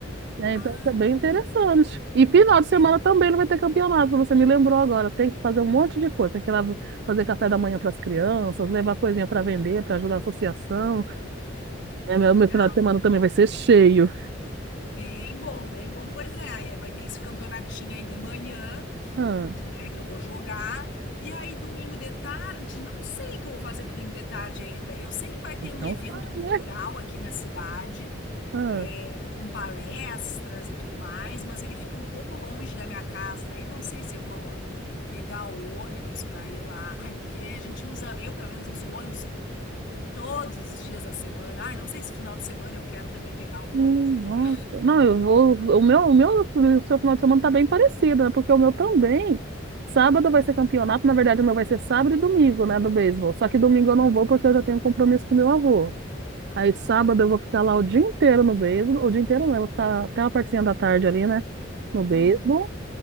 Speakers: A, on the right (about 60°); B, on the left (about 65°).
A: né?
B: ah,
A: Então, isso é bem interessante. E final de semana
B: bem
A: também ele vai ter campeonato, você me lembrou agora. Tem que fazer um monte de coisa, tem que ir lá fazer café da manhã para as crianças, levar coisinha para vender, para ajudar a associação. né? Meu,
B: legal.
A: meu final de semana também vai ser cheio.
B: Bem bom, bem bom. Pois é, e aí vai ter esse campeonatinho aí de manhã.
A: Ah,
B: que, né, que eu vou jogar. E aí, domingo de tarde, não sei o que eu vou fazer domingo de tarde ainda. Eu sei que vai ter
A: então
B: um evento
A: tá,
B: cultural
A: né?
B: aqui na cidade,
A: Ah.
B: é, com palestras e tudo mais, mas ele fica um pouco longe da minha casa. Daí não sei se eu vou pegar o ônibus para ir lá. Ai, porque a gente usa, eu pelo menos uso o ônibus todos os dias da semana. Ai, não sei se final de semana eu quero também pegar um
A: Hum,
B: ônibus, entendeu?
A: Nossa. Não, eu vou. O meu, o meu, o seu final de semana tá bem parecido, né? Porque o meu também. Sábado vai ser campeonato, na verdade, o meu vai ser sábado e domingo, né, do beisebol. Só que domingo eu não vou porque eu já tenho um compromisso com meu avô.
B: Ah,
A: Aí sábado
B: entendi.
A: eu vou ficar lá o dia inteiro no beisebol, o dia inteiro não, eu vou ficar até uma partezinha da tarde ali, né, no beisebol.
B: Uhum,